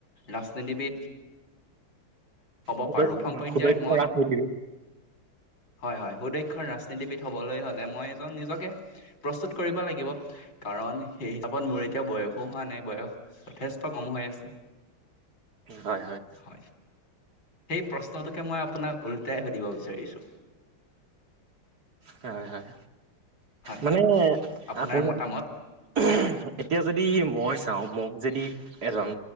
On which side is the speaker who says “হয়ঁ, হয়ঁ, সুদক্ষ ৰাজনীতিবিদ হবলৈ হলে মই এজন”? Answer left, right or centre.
Left